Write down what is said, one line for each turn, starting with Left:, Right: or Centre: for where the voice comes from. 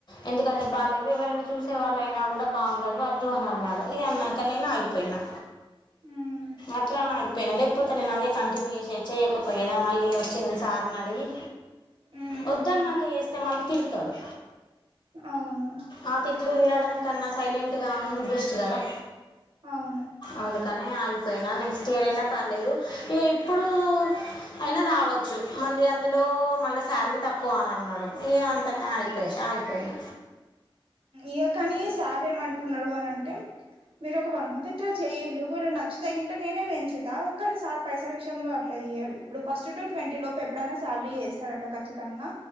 Left: ఎందుకంటే బాలేవు ఎవరైనా చూసే వాళ్ళయినా కూడా బాగుండదు వద్దు అని అన్నాడు ఈ అన్నాక నేను ఆగిపోయినా
Right: ఉమ్
Left: అట్లా నా పోయినా లేకపోతే నేను అదే కంటిన్యూ చేసి చేయకపోయేదా మళ్ళీ వచ్చి నేను సార్ని అడిగి
Right: ఉమ్
Left: వద్దన్నాక చేస్తే మళ్ళీ తిడతడు
Right: అవును
Left: ఆ తిట్లు వినడం కన్నా సైలెంట్ గా ఉంది బెస్ట్ కదా
Right: అవును
Left: అందుకని ఆగిపోయినా నెక్స్ట్ ఇయర్ఐనా పర్లేదు ఇక ఇప్పుడు అయినా రావచ్చు మళ్ళీ అందులో మళ్ళ శాలరీ తక్కువ తక్కువ అని అన్నాడు ఈ అంతనే ఆగిపోయాస అగిపోయినా
Right: ఇక కాని సార్ ఏమంటున్నడు అనంటే మీరు ఒక వన్ మంత్ ఇట్లా చేయ్యులి ఒకవేళ నచ్చుతే గింటే నేనే పెంచుతా తా కాని సార్ పైసల విషయంలో అట్లా ఇయ్యడు ఇప్పుడు ఫస్ట్ టు ట్వంటీ లోపు ఎప్పుడైనా శాలరీ ఏస్తాడట ఖచ్చితంగా